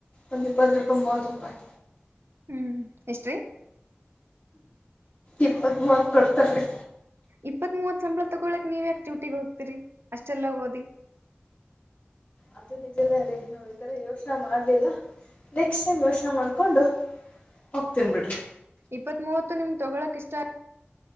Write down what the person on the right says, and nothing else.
ಹ್ಮ್ ಎಷ್ಟ್ರೀ.
ಇಪ್ಪತ್ ಮೂವತ್ ಸಂಬಳ ತಗೊಳಕ್ ನೀವ್ ಯಾಕ್ ಡ್ಯೂಟಿಗ್ ಹೋಗ್ತೀರಿ ಅಷ್ಟ ಚೆಲ್ಲಾ ಓದಿ.
ಇಪ್ಪತ್ ಮೂವತ್ತು ನಿಮ್ಗ್ ತೊಗೊಳಕ್ ಇಷ್ಟ